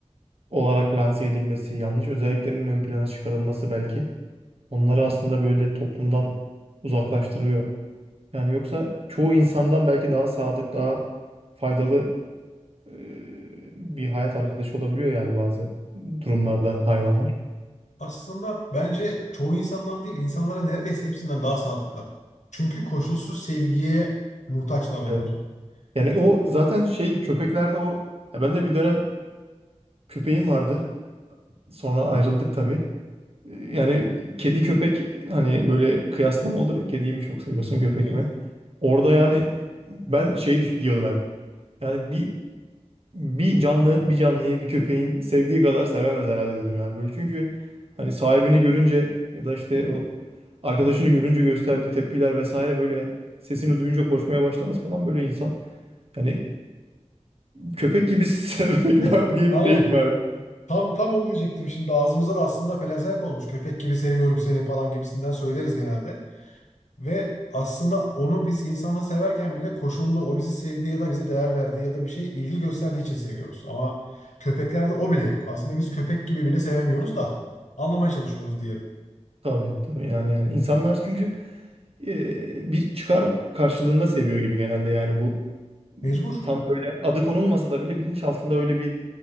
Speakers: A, on the right; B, on the left.
A: olarak lanse edilmesi, yanlış özelliklerinin ön plana çıkarılması belki onları aslında böyle toplumdan uzaklaştırıyor. Yani yoksa çoğu insandan belki daha sadık, daha faydalı e, bir hayat arkadaşı olabiliyor yani bazı durumlarda hayvanlar.
B: aslında bence çoğu insandan değil, insanlara neredeyse hepsinden daha sadıklar. Çünkü koşulsuz sevgiye muhtaçlar
A: Evet.
B: onlar.
A: Yani
B: Yani
A: o zaten şey köpeklerde o ya ben de bir dönem köpeğim vardı. Sonra ayrıldık tabii. E, Yani kedi köpek hani böyle kıyaslama olur ya kediyi mi çok seviyorsun köpek
B: Evet.
A: mi? Orada yani ben şey düş- diyordum hep. Yani bir bir canlı bir canlıyı bir köpeğin sevdiği kadar sevemez herhalde dedim yani böyle. Çünkü hani sahibini görünce ya da işte o arkadaşını görünce gösterdiği tepkiler vesaire böyle sesini duyunca koşmaya başlaması falan böyle insan yani köpek gibi <laughs> sevmek
B: E,
A: var diye
B: aynen.
A: bir deyim var.
B: Tam tam onu diyecektim şimdi. Ağzımıza da aslında pelesenk olmuş. Köpek gibi seviyorum seni falan gibisinden söyleriz genelde. Ve aslında onu biz insanla severken bile koşullu o bizi sevdiği ya da bize değer verdiği ya da bir şey ilgi gösterdiği için seviyoruz. Ama köpeklerde o bile yok. Aslında biz köpek gibi bile sevemiyoruz da anlamaya çalışıyoruz diyelim.
A: Tabii tabii yani yani insanlar çünkü e, bir çıkar karşılığında seviyor gibi genelde yani bu
B: Mecbur.
A: tam böyle adı konulmasa da bile bilinçaltında öyle bir